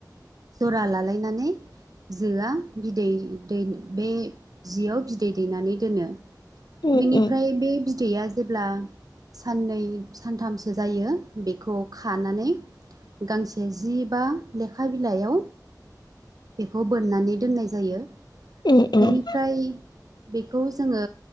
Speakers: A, on the right; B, on the left.
A: जरा लालायनानै जोआ बिदै दै बे जियाव बिदै दैनानै दोनो
B: उम
A: बिनिफ्राय बे बिदैया जेब्ला साननै सानथामसो जायो बेखौ खानानै गांसे जि बा लेखा बिलाइयाव बेखौ बोननानै दोननाय जायो
B: उम उम
A: बेनिफ्राय बे बे खौ जोङो